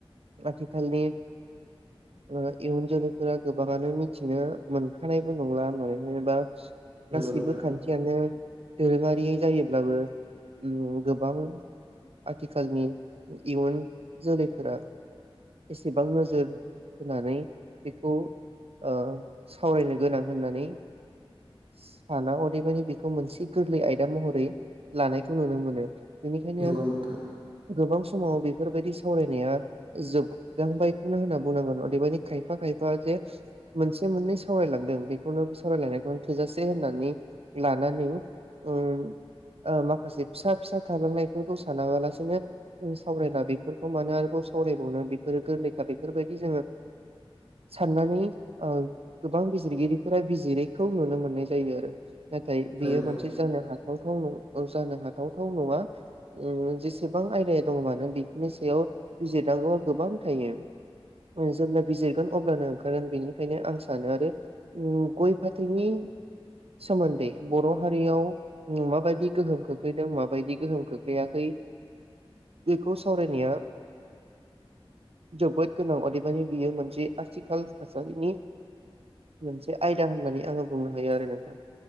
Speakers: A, on the right (about 80°); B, on the right (about 60°).
A: आथिखालनि ओ इयुन जोलै फोरा गोबांआनो मिथिनो मोनखानायबो नंला मानोना एबा गासैबो
B: नंगौ नोंथां
A: खान्थियानो दोरोङारि जायो। ब्लाबो ओम गोबां आथिखालनि इयुन जोलैफोरा एसेबां नोजोर होनानै बेखौ ओ सावरायनो गोनां होननानै साना अदेबानि बेखौ मोनसे गोरलै आयदा महरै लानायखौ नुनो मोनो। बेनिखायनो
B: नंगौ
A: आं
B: नोंथां
A: गोबां समाव बेफोरबायदि सावरायनाया जोबदोंबायखौनो होनना बुंनांगोन अदेबानि खाय खायफा खायफा जे मोनसे मोननै सावरायलांदों बेखौनो सावरायलायनायखौनो थोजासे होननानै लाना नों ओम ओ माखासे फिसा फिसा थालांनायफोरखौ सानाबालासिनो जों सावरायला बेफोरखौ मानो आरोबाव सावरायबावनो बेफोर गोरलैखा बेफोरबायदि जोङो साननानै ओ गोबां बिजिरगिरिफोरा बिजिरैखौ नुनो मोननाय जायो आरो नाथाय बेयो
B: नंगौ
A: मोनसे जानो हाथावथाव नं जानो हाथावथाव नङा ओम जेसेबां आयदाया दं मानो बेफोरनि सायाव बिजिरनांगौआ गोबां थायो जेब्ला बिजिरगोन अब्लानो ओंखारोन बेनिखायनो आं सानो आरो उम गय फाथैनि सोमोन्दै बर' हारियाव उम माबायदि गोहोम खोख्लैदों माबायदि गोहोम खोख्लैयाखै बेखौ ओ सावरायनाया जोबोद गोनां अदेबानि बियो मोनसे आथिखाल थासारिनि मोनसे आयदा होननानै आङो बुंनो हायो आरो नोंथां।